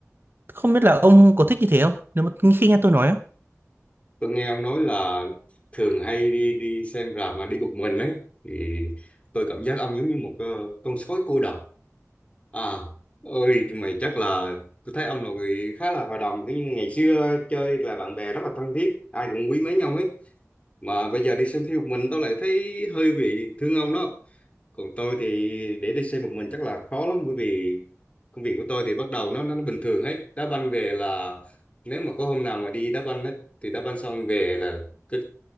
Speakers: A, on the right; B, on the left.
A: không biết là ông có thích như thế không nếu mà khi nghe tôi nói á,
B: Tôi nghe ông nói là thường hay đi đi xem rạp mà đi một mình ấy thì tôi cảm giác ông giống như một ờ, con sói cô độc. À, ơi mày chắc là tôi thấy ông là người khá là hòa đồng, cứ như ngày xưa chơi là bạn bè rất là thân thiết, ai cũng quý mến nhau ấy. Mà bây giờ đi xem phim một mình tôi lại thấy hơi bị thương ông đó. Còn tôi thì để đi xem một mình chắc là khó lắm bởi vì công việc của tôi thì bắt đầu nó nó, nó bình thường hết. Đá banh về là nếu mà có hôm nào mà đi đá banh ấy, thì đá banh xong về là cái